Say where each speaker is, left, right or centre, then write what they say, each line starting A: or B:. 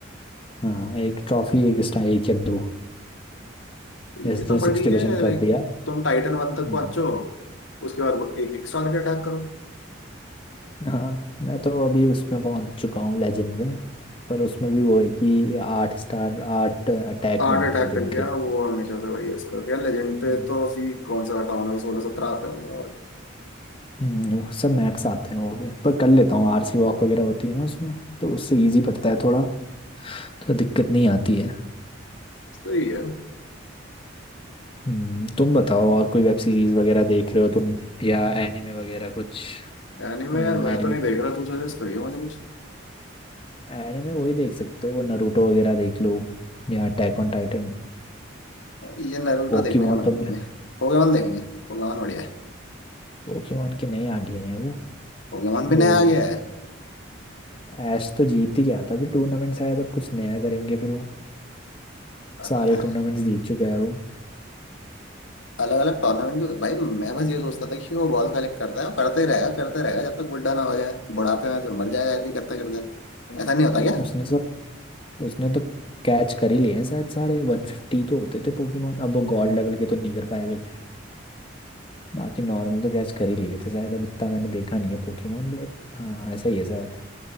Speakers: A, on the left; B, on the left.
A: हाँ एक ट्रॉफी एक स्टार एक या दो जैसे
B: ये तो
A: तुमने
B: बड़ी
A: सिक्सटी
B: है
A: परसेंट कर
B: लाइक
A: दिया
B: तुम टाइटन वन तक
A: हम्म,
B: पहुंचो उसके बाद एक एक स्टार के अटैक करो
A: हाँ मैं तो अभी उसमें पहुंच चुका हूँ लेजेंड में पर उसमें भी वो है कि आठ स्टार आठ अटैक
B: आठ
A: मिलते
B: अटैक
A: हैं दिन
B: कर गया
A: के
B: वो हमेशा से वही है उसका क्या लेजेंड पे
A: हम्म,
B: तो अभी कौन सा हटाऊं है सोलह सत्रह आते होंगे और
A: हम्म, वो सब मैक्स आते हैं वो भी पर कर लेता हूँ आरसी वॉक वगैरह होती है ना उसमें तो उससे इजी पड़ता है थोड़ा तो दिक्कत नहीं आती है
B: सही है
A: हम्म, तुम बताओ और कोई वेब सीरीज वगैरह देख रहे हो तुम या एनिमे वगैरह कुछ
B: एनीमे
A: एनिमे
B: यार मैं तो नहीं देख रहा तू सजेस्ट करियो मुझे कुछ
A: एनिमे वही देख सकते हो नरूटो वगैरह देख लो या अटैक ऑन टाइटन
B: ये नारुतो
A: पोकेमोन
B: देखने का मन
A: तो
B: नहीं है पोकेमॉन देखेंगे पोकेमॉन बढ़िया है
A: पोकेमोन के नए आ गए हैं वो
B: पोकेमॉन
A: तो
B: भी नया आ गया
A: ऐश तो जीत ही गया था अभी टूर्नामेंट शायद अब कुछ नया करेंगे फिर वो
B: है
A: सारे टूर्नामेंट्स जीत चुका है वो
B: अलग अलग टूर्नामेंट जो भाई मैं बस ये सोचता था कि वो बॉल कलेक्ट करता है और करते ही रहेगा करते रहेगा जब तक बुढ़ा ना हो जाए बुढ़ापे में फिर मर जाएगा ऐसे ही करते करते ऐसा नहीं होता क्या
A: उसने तो उसने तो कैच कर ही लिए हैं शायद सारे वन फिफ्टी तो होते थे पोकेमोन अब वो गॉड लेवल के तो नहीं कर पाएगा बाकी नॉर्मल तो गैस कर ही लिए थे शायद अब इतना मैंने देखा नहीं है पोकेमोन बट हाँ ऐसा ही है शायद